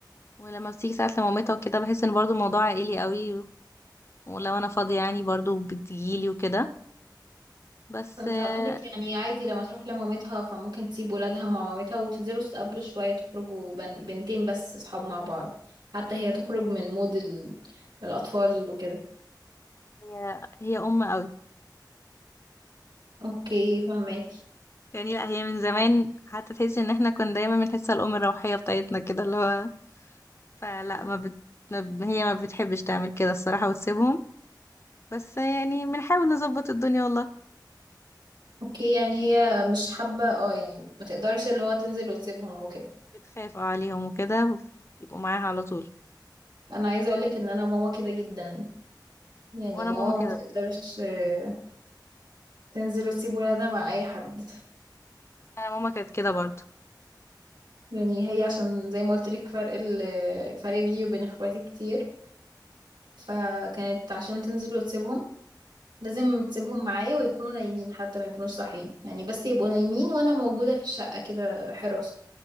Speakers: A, on the left (about 35°); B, on the right (about 80°).
A: ولما بتيجي ساعات لمامتها وكده بحس ان برضو الموضوع عائلي قوي ولو أنا فاضية يعني برضو بتجيلي وكده بس
B: كنت
A: آه،
B: هقولك يعني عادي لما تروح لمامتها فممكن تسيب ولادها مع مامتها وتنزلوا تتقابلوا شوية تخرجوا بن... بنتين بس صحاب مع بعض حتى هي تخرج من مود ال... الأطفال وكده
A: هي هي أم قوي
B: اوكي فهماكي
A: يعني لا هي من زمان حتى تحس ان احنا كنا دايما بنحسها الأم الروحية بتاعتنا كده اللي هو فلا ما بت... ما- ب- هي ما بتحبش تعمل كده الصراحة وتسيبهم بس يعني بنحاول نظبط الدنيا والله
B: اوكي يعني هي مش حابة اه يعني ما تقدرش اللي هو تنزل وتسيبهم وكده
A: بتخاف اه عليهم وكده يبقوا معاها على طول
B: انا عايزة اقولك ان انا ماما كده جدا يعني
A: وانا
B: ماما
A: ماما مم. كده
B: ما تقدرش آه، تنزل وتسيب ولادها مع اي حد
A: انا ماما كانت كده برضو
B: يعني هي عشان زي ما قلت لك فرق ال... فرق بيني وبين اخواتي كتير فكانت عشان تنزل وتسيبهم لازم تسيبهم معايا ويكونوا نايمين حتى ما يكونوش صاحيين يعني بس يبقوا نايمين وانا موجودة في الشقة كده حراسة